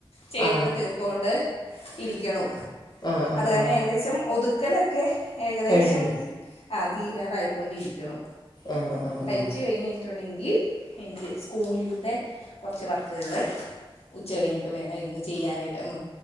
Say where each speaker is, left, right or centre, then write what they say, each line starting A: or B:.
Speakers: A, on the left (about 85°); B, on the left (about 45°).
A: ചെയ്തൊക്കെ
B: ആ
A: തീർത്തൊണ്ട് ഇരിക്കണ്യാണു
B: ആ ആ
A: അത് തന്നെ
B: ആ
A: ഏകദേശം ഒത ക്കാലൊക്കെ ഏകദേശം
B: കഴിഞ്ഞു
A: ആഹ് തീരാറായിക്കൊണ്ടിരിക്ക്യാണു
B: ആഹ് ആഹ് ആഹ്
A: ച്ച് കയിഞ്ഞ് കയിഞ്ഞിട്ട് ഒണ്ടാങ്കി എനിക്ക് സ്കുളിത്തേ കൊറച്ച് വർക്കകള് ഉച്ചാ കഴിഞ്ഞിട്ട് വേണം ഇരുന്ന് ചെയ്യാനായിട്ട് ഉം